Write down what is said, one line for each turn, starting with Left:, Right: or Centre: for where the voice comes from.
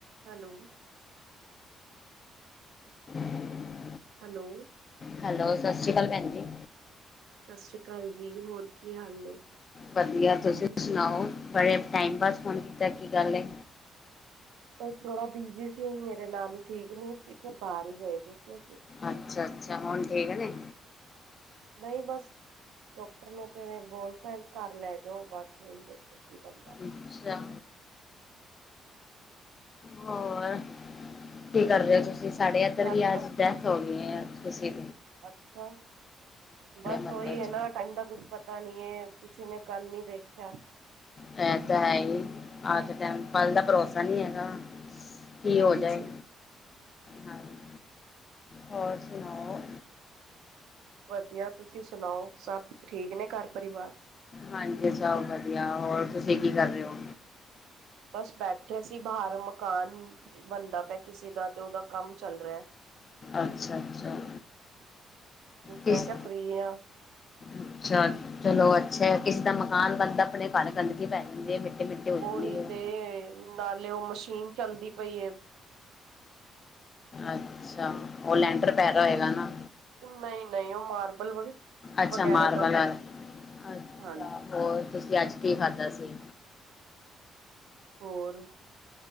Right: Hello,
Left: <inaudible>
Right: hello,
Left: hello, ਸਤਿ ਸ਼੍ਰੀ ਅਕਾਲ ਭੈਣ ਜੀ,
Right: ਸਤਿ ਸ੍ਰੀ ਅਕਾਲ ਜੀ। ਹੋਰ ਕੀ ਹਾਲ ਨੇ।
Left: ਵਧੀਆ ਤੁਸੀਂ ਸੁਣਾਓ ਬੜੇ ਟਾਈਮ ਬਾਦ ਫੋਨ ਕੀਤਾ ਕੀ ਗੱਲ ਏ
Right: ਬਸ ਥੋੜਾ ਬਿਜੀ ਸੀ ਮੇਰੇ ਨਨਾਨ ਠੀਕ ਨਹੀਂ ਸੀ ਫਿਰ ਬਾਹਰ ਹੀ ਰਏ ਦੀ ਸੀ
Left: ਅੱਛਾ -ਅੱਛਾ ਹੁਣ ਠੀਕ ਨੇ
Right: ਨਹੀਂ ਬਸ ਡਾਕਟਰ ਨੇ ਤੇ ਬੋਲ ਤਾਂ ਘਰ ਲੈ ਜਾਓ ਬਸ ਦੇਖੋ ਕੀ ਬੰਦਾ
Left: ਅੱਛਾ ਹੋਰ ਕੀ ਕਰ ਰਹੇ ਹੋ ਤੁਸੀਂ ਸਾਡੇ ਇੱਧਰ
Right: ਘਰ
Left: ਵੀ
Right: ਸਭ
Left: ਆ ਜ <unintelligible> ਤੂੰਸੀ
Right: ਅੱਛਾ ਬਸ
Left: ਮਹੱਲੇ
Right: ਉਹੀ ਹੈ
Left: 'ਚ
Right: ਨਾ ਟਾਈਮ ਦਾ ਕੁਛ ਪਤਾ ਨੀ ਹੈ ਕਿਸੀ ਨੇ ਕੱਲ ਨੀ ਦੇਖਿਆ
Left: ਇਹ ਤਾਂ ਹੈ ਹੀ। ਅੱਜ ਦੇ ਟਾਈਮ 'ਚ ਕੱਲ ਦਾ ਭਰੋਸਾ ਨਹੀਂ ਹੈਗਾ। ਕੀ
Right: ਹਾਂਜੀ।
Left: ਹੋ ਜਾਏ ਹਾਂਜੀ ਹੋਰ ਸੁਣਾਓ।
Right: ਵਧੀਆ ਤੁਸੀਂ ਸੁਣਾਓ ਸਭ ਠੀਕ ਨੇ ਘਰ ਪਰਿਵਾਰ।
Left: ਹਾਂਜੀ ਸਭ ਵਧੀਆ ਹੋਰ ਤੁਸੀਂ ਕੀ ਕਰ ਰਹੇ ਓ
Right: ਬਸ ਬੈਠੇ ਸੀ ਬਾਹਰ ਮਕਾਨ ਬਣਦਾ ਪਿਆ ਕਿਸੇ ਦਾ ਤੇ ਉਹਦਾ ਕੰਮ ਚੱਲ ਰਿਹਾ
Left: ਅੱਛਾ ਅੱਛਾ ਕਿਸ
Right: ਮੈਂ ਕਿਹਾ ਫਰੀ ਆਂ
Left: ਅੱਛਾ ਚਲੋ ਅੱਛਾ ਕਿਸੇ ਦਾ ਮਕਾਨ ਬਣਦਾ ਆਪਣੇ ਘਰ ਗੰਦਗੀ ਪੈ ਜਾਂਦੀ ਹੈ ਮਿੱਟੀ ਮਿੱਟੀ ਹੋ ਜਾਂਦੀ
Right: ਉਹੀ
Left: ਹੈ।
Right: ਤੇ ਨਾਲੇ ਉਹ ਮਸ਼ੀਨ ਚੱਲਦੀ ਪਈ-ਏ -
Left: ਅੱਛਾ ਉਹ ਲੈਂਟਰ ਪੈ ਰਿਆ ਹੋਏਗਾ ਨਾ
Right: ਨਹੀਂ -ਨਹੀਂ ਉਹ ਮਾਰਬਲ ਵ
Left: ਅੱਛਾ
Right: ਵਗੈਰਾ
Left: ਮਾਰਵਲ
Right: ਦਾ ਕੋਈ
Left: ਅੱਛਾ
Right: ਹਾਂਜੀ
Left: ਹੋਰ ਤੁਸੀਂ ਅੱਜ ਕੀ ਖਾਧਾ ਸੀ
Right: ਹੋਰ